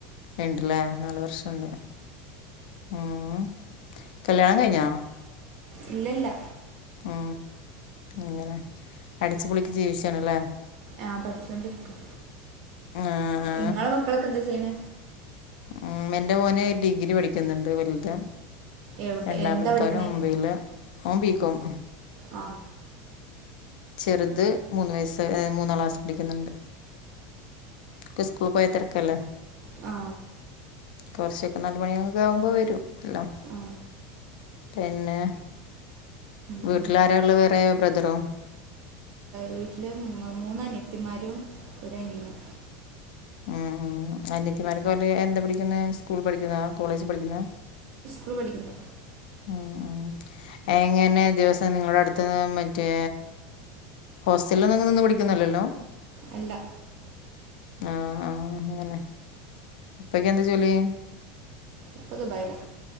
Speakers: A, on the left (about 85°); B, on the right (about 45°).
A: ഉണ്ടല്ലേ നാല വർഷമുണ്ട് ഉം കല്യാണ കഴിഞ്ഞോ
B: ഇല്ലല്ല
A: ഉ അങ്ങനെ അടിച്ചുപൊളിക്ക് ജീവിച്ചാണ്ല്ലേ
B: ആ് പഠിച്ചൊണ്ടിരിക്കും
A: ആ, ആ.
B: നിങ്ങളെ മക്കളൊക്കെ എന്താ ചെയ്യണ
A: ഉ എന്റെ മോനെ ഡിഗ്രി പഠിക്കുന്നുണ്ട് വലുത
B: എവിടെ
A: രണ്ടാമത്തവന്
B: എന്താ പഠിക്കണേ
A: മുമ്പയില് ഓ ബികോം
B: ആ
A: ചെറുത് മൂന്ന് വയസ്സ് മൂന്നാള് ആസ് പിടിക്കുന്നുണ്ട് കുക്ക സ്കൂൾ പോയ തരക്കല്ല
B: ആ
A: കുറച്ചൊക്കെ നാല മണിെ ആകുമ്പോ വരും എല്ലാം
B: ആ
A: പിന്നെ
B: എന്താ
A: വീട്ടിലാരള്ള വേറെ ബ്രദറോ
B: വീട്ടില് മൂന്ന അനിയത്തിമാരും ഒരു അനിയനും
A: ഉം ഉ അനയത്തിമാർക്കലെ എന്താ പഠിക്കുന്ന സ്കൂൾ പഠിക്കുന്നാ കോളേജ് പഠിക്കുന്നാ
B: സ്കൂൾ പഠിക്കുന്നു
A: ഉ ഉ എങ്ങനെ ദിവസം നിങ്ങളുടെ അടുത്തന്ന് മറ്റേ ഹോസ്റ്റലിൽ ഒന്നും നിന്ന് പിടിക്കുന്നല്ലല്ലോ
B: അല്ല
A: ആ ആഹ അങ്ങനെ ഇപ്പക്ക എന്താ ജോലി
B: ഇപ്പത്പൈല